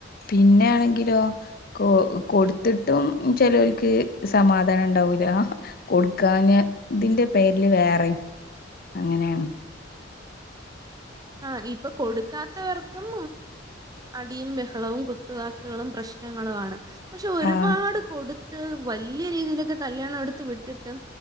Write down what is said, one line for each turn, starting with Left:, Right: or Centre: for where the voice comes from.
Left: പിന്നെ ആണെങ്കിലോ കൊ കൊടുത്തിട്ടും ചെലോൽക്ക് സമാധാനണ്ടാവൂല കൊട്ക്കാഞ്ഞാ ഇതിന്റെ പേരില് വേറെം അങ്ങനേണ്
Right: ആ ഇപ്പൊ കൊടുക്കാത്തവർ ക്കും അടിയും ബഹളവും കുത്തവാക്കുകളും പ്രശ്നങ്ങളുമാണ് പക്ഷെ ഒരുപാട്
Left: ആഹ്
Right: കൊട് ത്ത് വല്ല്യ രീതിയിലൊക്കെ കല്യാണടുത്ത് വിട്ട്ട്ടും